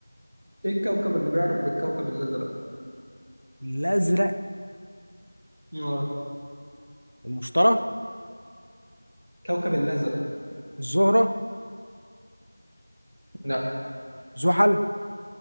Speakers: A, on the right; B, on the right.
A: ايه الكوكب اللي بيعرف بالكوكب الازرق
B: الأزرق
A: اه
B: المشتري
A: الكوكب الازرق
B: الزهرة
A: لا
B: زحل